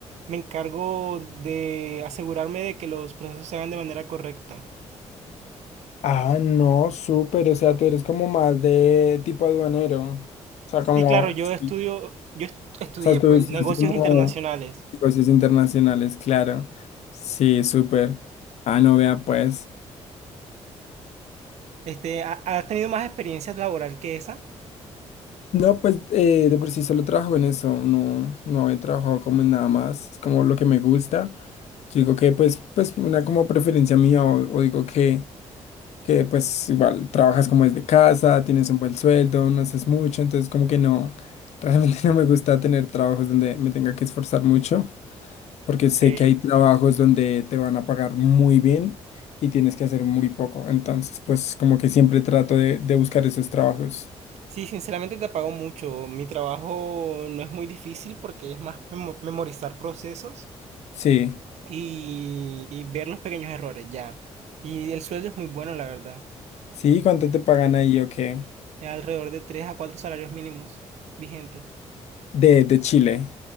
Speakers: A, on the right; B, on the left.
A: me encargo de asegurarme de que los procesos se hagan de manera correcta.
B: Ah, no, súper. O sea, tú eres como más de tipo aduanero. O sea,
A: Sí,
B: como...
A: claro, yo estudio,
B: Sí.
A: yo est- estudié
B: O sea, tú
A: pues
B: estás
A: negocios
B: como
A: internacionales.
B: negocios internacionales, claro. Sí, súper. Ah, no, vea, pues.
A: Este, ¿ha- ¿has tenido más experiencia laboral que esa?
B: No, pues eh, de por sí solo trabajo en eso. No, no he trabajado como en nada más. Es como lo que me gusta. Yo digo que, pues, pues una como preferencia mía o, o digo que. que pues igual trabajas como desde casa, tienes un buen sueldo, no haces mucho, entonces como que no, realmente <laughs> no me gusta tener trabajos donde me tenga que esforzar mucho, porque
A: Porque
B: sé que hay trabajos donde te van a pagar muy bien y tienes que hacer muy poco, entonces pues como que siempre trato de, de buscar esos trabajos.
A: sí, sinceramente te pago mucho. Mi trabajo no es muy difícil porque es más memo- memorizar procesos
B: Sí,
A: y, y ver los pequeños errores ya. Y el sueldo es muy bueno, la verdad.
B: sí, ¿cuánto te pagan ahí o qué?
A: Es alrededor de 3 a 4 salarios mínimos vigentes.
B: De, de Chile,